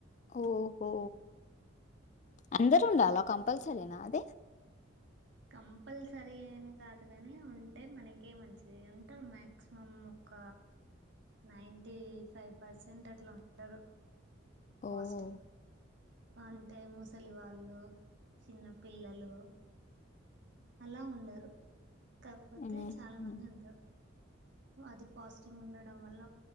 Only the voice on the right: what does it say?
కంపల్సరీ ఏమి కాదు కాని ఉంటే మనకే మంచిది ఉంటారు మాక్సిమం ఒక నైంటి ఫైవ్ పర్సెంట్ అట్లా ఉంటారు
పోస్టింగ్ అంటే ముసలి వాళ్ళు చిన్న పిల్లలు అలా ఉండరు కాకపోతే
చాలా మంది ఉంటారు అది ఫాస్టింగ్ ఉండడం వల్ల